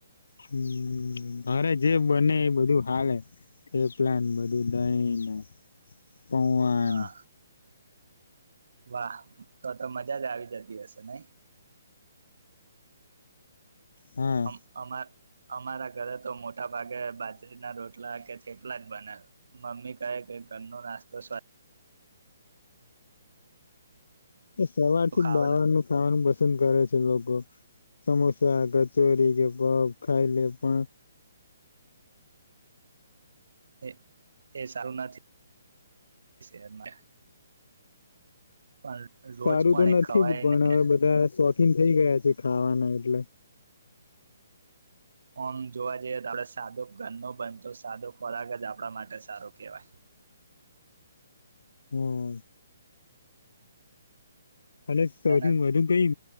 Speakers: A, on the left (about 70°); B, on the right (about 65°).
A: હમ મારે જે બને એ બધું હાલે થેપલાને બધું દહીંને પૌવાને
B: હા વાહ તો તો મજા જ આવી જતી હશે ને
A: હા
B: અમ અમાર અમારા ઘરે તો મોટા ભાગે બાજરીના રોટલા કે જેટલા જ બનાવે મમ્મી કહે કે ઘરનો નાસ્તો સ્વાદ
A: એ સવાર થી
B: ખાવાનો
A: જ બહારનું ખાવાનું બસ પસંદ કરે છે લોકો સમોસા કચોરી કે પફ ખાઈ લે પણ
B: એ એ સારું નથી પણ રોજ
A: સારું
B: પણ
A: તો
B: એ
A: નથી
B: ખવાય
A: જ પણ
B: ને
A: હવે બધા <unintelligible> થઈ ગયા છે ખાવાના એટલે
B: આમ જોવા જઈએ તો આપ સાદો ઘરનો બનતો સાદો ખોરાક જ આપણા માટે સારો કેહેવાય
A: હમ અને સૌથી
B: તને
A: વધુ કઈ